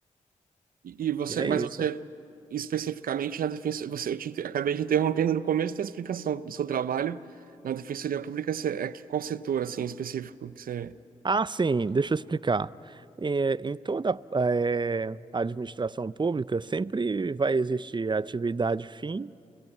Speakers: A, on the right; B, on the right.
A: E, e você,
B: E é
A: mas
B: isso.
A: você especificamente na defensoria, você, eu te inter- acabei te interrompendo no começo da explicação do seu trabalho na Defensoria Pública, você, é que qual setor assim específico que você
B: Ah, sim, deixa eu explicar. Eh, Em toda eh, administração pública sempre vai existir a atividade fim